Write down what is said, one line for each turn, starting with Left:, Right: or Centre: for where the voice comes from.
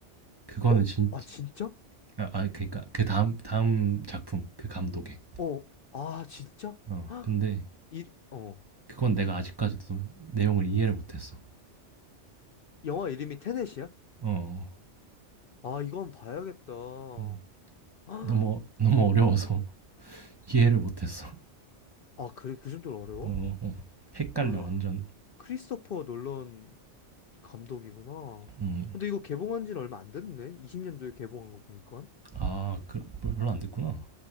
Right: 그거는
Left: 어?
Right: 진짜
Left: 아, 진짜?
Right: 아 아 그러니까 그다음 다음 다음 작품 그 감독의.
Left: 어. 아, 진짜?
Right: 어
Left: 헉!
Right: 근데
Left: 일, 어.
Right: 그건 내가 아직까지도 내용을 이해를 못 했어.
Left: 영화 이름이 테넷이야?
Right: 어
Left: 아, 이건 봐야겠다. 헉!
Right: 음.
Left: 아,
Right: 너무 너무 어려워서 <laughs> 이해를 못 했어.
Left: 그래, 그 정도로 어려워?
Right: 어 어. 헷갈려
Left: 헉!
Right: 완전.
Left: 크리스토퍼 놀런 감독이구나.
Right: 음.
Left: 근데 이거 개봉한 지는 얼마 안 됐네? 20년도에 개봉한 거 보니까.
Right: 아그 뭐 별로 안 됐구나.